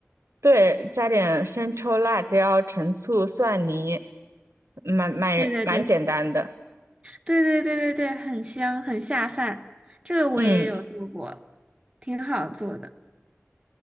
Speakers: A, on the right (about 80°); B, on the right (about 20°).
A: 对，加点生抽、辣椒、陈醋、蒜泥，蛮蛮蛮简单的。
B: 对对对对对对对对，很香很下饭，这个我也有做过，
A: 嗯
B: 挺好做的。